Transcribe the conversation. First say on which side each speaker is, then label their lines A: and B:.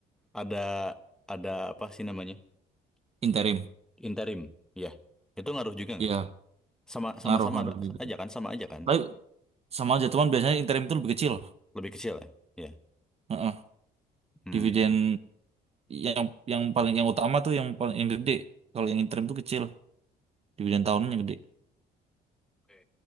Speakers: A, in the centre; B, on the right.
A: Ada ada apa sih namanya?
B: Interim.
A: Interim. Ya. Itu ngaruh juga nggak?
B: Iya,
A: Sama sama
B: ngaruh
A: sama
B: ngaruh
A: ada-
B: juga.
A: aja kan? Sama aja kan?
B: Tapi sama aja cuman biasanya interim itu lebih kecil.
A: Lebih kecil ya. Ya.
B: Heeh.
A: Hmm,
B: Dividen
A: hmm.
B: yang yang paling yang utama tuh yang paling yang gede. Kalau yang interim tuh kecil, dividen tahunan yang gede.
A: Oke.